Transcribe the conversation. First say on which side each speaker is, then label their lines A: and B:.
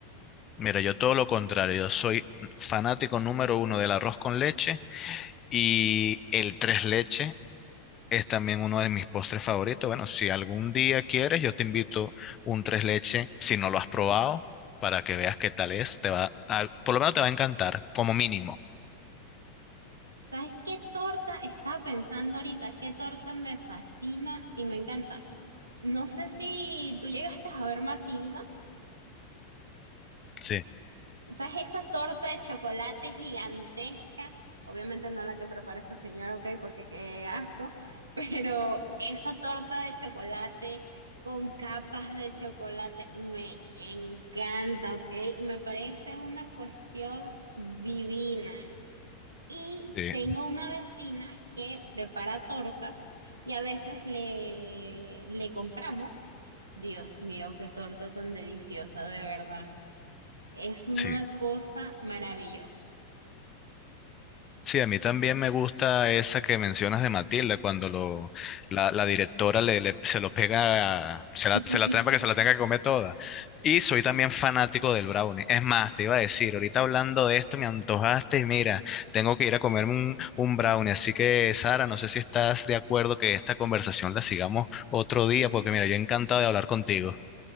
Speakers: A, on the left; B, on the right.
A: mira, yo todo lo contrario, yo soy fanático número uno del arroz con leche y el tres leche Es también uno de mis postres favoritos. Bueno, si algún día quieres, yo te invito un tres leche, si no lo has probado, para que veas qué tal es. Te va a- por lo menos te va a encantar, como mínimo.
B: ¿Sabes qué torta? Estaba pensando ahorita, qué torta me fascina y me encanta. No sé si tú llegaste a ver Matilda.
A: Sí,
B: ¿Sabes? Esa torta de chocolate gigantesca, obviamente no la que prepara esa señora, ok, porque qué asco, <laughs> pero esa torta de chocolate con capas de chocolate me encanta, ok, me parece una cuestión divina. Y
A: sí,
B: tengo una vecina que prepara tortas y a veces le, le compramos. Dios mío, qué torta tan deliciosa, de verdad. Es una
A: sí.
B: cosa maravillosa.
A: Sí, a mí también me gusta esa que mencionas de Matilda, cuando lo, la, la directora le, le- se lo pega, se la,
B: <laughs>
A: se la trae para que se la tenga que comer toda. Y soy también fanático del brownie. Es más, te iba a decir, ahorita hablando de esto me antojaste y mira, tengo que ir a comerme un, un brownie. Así que, Sara, no sé si estás de acuerdo que esta conversación la sigamos otro día, porque mira, yo encantado de hablar contigo.